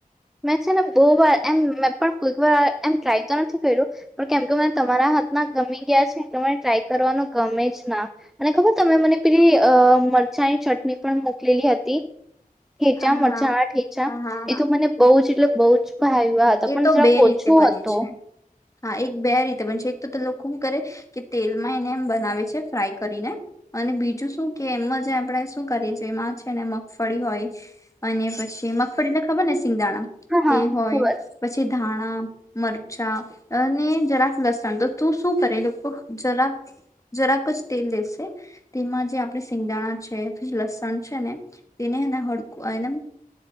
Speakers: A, in the centre; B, on the left.
A: મેં છે ને બહ વાર એમ મે પણ કોઈક વાર એમ ટ્રાય તો નથી કર્યું. પણ કેમ કે તમારા હાથમાં ગમી ગયા છે એ મને ટ્રાય કરવાનું ગમે જ ના અને ખબર તમે મને પેલી મરચાંની ચટણી પણ મોકલેલી હતી. ઠેચા
B: હા
A: મરચા,
B: હા
A: આ ઠેચા
B: હા હા
A: એ
B: હા
A: તો મને બ એટલે બઉુ જ. ભાઈ વાત
B: એ
A: પણ
B: તો
A: જરાક
B: બે રીતે
A: ઓછો
B: બને
A: હતો.
B: છે હા, એક બે રીતે બને છે, એક તો લોકો શું કરે કે તેલમાં એને એમ બનાવે છે ફ્રાય કરીને અને બીજું શું કે એમમાં જે આપણે શું કરીએ છેએ એમાં છે, ને મગફળી હોય અને પછી મગફળી એટલે ખબર ને સિંગ દાણા,
A: હા
B: તે
A: હા
B: હોય
A: ખબર
B: પછી ધાણા, મરચાં અને જરાક લસણ તો તું શું કરે લોકો જરાક જરાક જ તેલ લેશે તેમાં જે આપણે સિંગદાણા છે, લસણ છે, ને તેને હડકું